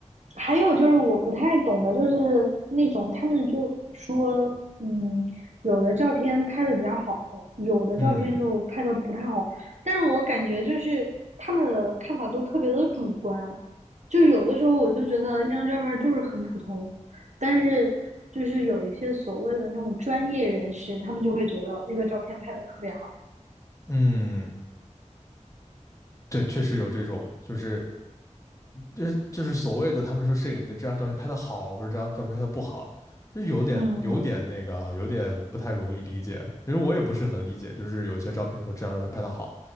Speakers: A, on the right (about 65°); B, on the left (about 25°).
A: 还有就是我不太懂的，就是那种他们就说，嗯，有的照片拍的比较好，有的照片就拍的不太好。
B: 嗯
A: 但是我感觉就是他们的看法都特别的主观，就有的时候我就觉得一张照片就是很普通，但是就是有一些所谓的那种专业人士，他们就会觉得那个照片拍的特别好。
B: 嗯，对，确实有这种，就是就是就是所谓的他们说摄影的这张照片拍的好，或者这张照片拍的不好，就有点有点那个啊，
A: 嗯嗯。
B: 有点不太容易理解。其实我也不是很理解，就是有一些照片说这张照片拍的好，